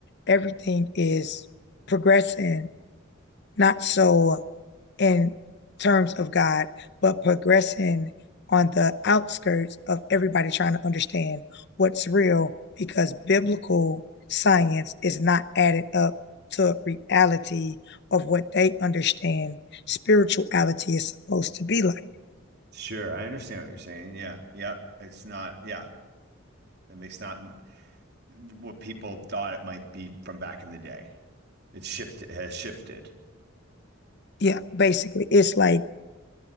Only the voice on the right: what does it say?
Sure, I understand what you're saying. Yeah, yep. It's not, yeah, it makes not mm, what people thought it might be from back in the day. It's shifted, has shifted.